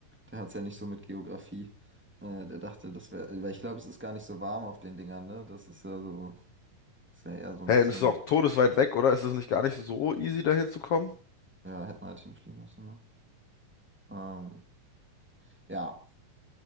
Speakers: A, in the centre; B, on the left.
A: der hat es ja nicht so mit Geografie. Äh, der dachte, das wäre, weil ich glaube, es ist gar nicht so warm auf den Dingern, ne? Das ist ja so, ist ja eher so ein
B: Hey,
A: bisschen,
B: und es ist auch todesweit weg, oder? Ist es nicht gar nicht so easy, da hinzukommen?
A: ja, hätten wir halt hinfliegen müssen, ne? Ähm, ja,